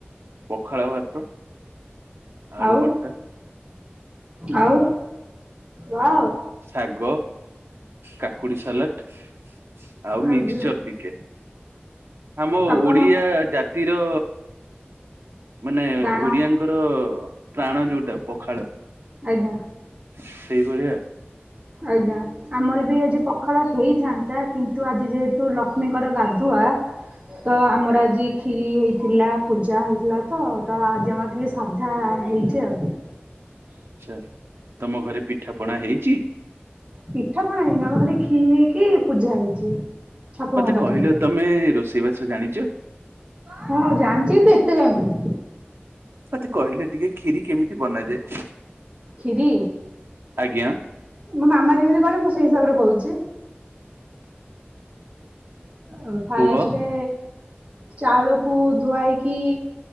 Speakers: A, on the right; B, on the right.
A: ପଖାଳ ଭାତ। ଆଳୁ
B: ଆଉ
A: ଭର୍ତା।
B: ଆଉ ବା!
A: ଶାଗ, କାକୁଡି ସାଲାଟ ଆଉ
B: ଆଜ୍ଞା
A: ମିକ୍ସଚର ଟିକେ। ଆମ
B: ଆପଣ
A: ଓଡିଆ ଜାତିର ମାନେ
B: ଡାଣ
A: ଓଡିଆଙ୍କର ପ୍ରାଣ ଯୋଉଟା ପଖାଳ।
B: ଆଜ୍ଞା
A: ସେଇଭଳିଆ।
B: ଆଜ୍ଞା। ଆମର ବି ଆଜି ପଖାଳ ହେଇଥାନ୍ତା, କିନ୍ତୁ, ଆଜି ଯେହେତୁ ଲକ୍ଷ୍ମୀଙ୍କର ଗାଧୁଆ ତ, ଆମର ଆଜି କ୍ଷୀରି ହେଇଥିଲା। ପୂଜା ହେଇଥିଲା ତ! ତ, ଆଜି ଆମର ଟିକେ ସାଧା ହେଇଛି ଆଉ।
A: ଆଛା। ତମ ଘରେ ପିଠା ପଣା ହେଇଛି?
B: ପିଠା ପଣା ହେଇନି, ଆମର ଖାଲି କ୍ଷୀରି ହେଇକି ପୂଜା ହେଇଛି। ଠାକୁରଙ୍କ
A: ମତେ
B: ପାଖରେ
A: କହିଲ, ତମେ ରୋଷେଇବାସ ଜାଣିଛ?
B: ହଁ, ଜାଣିଛି, ତୁ ଏତେ ଜାଣିଲୁ।
A: ମତେ କହିଲେ ଟିକେ, କ୍ଷୀରି କେମିତି ବନାଯାଏ?
B: ଖିରି!
A: ଆଜ୍ଞା
B: ମୋ ମାମା ଯେମିତି କରେ ମୁଁ ସେଇ ହିସାବରେ କହୁଛି। ଅ ଫାଏଷ୍ଟ
A: କୁହ
B: ଚାଉଳକୁ ଧୁଆଇକି,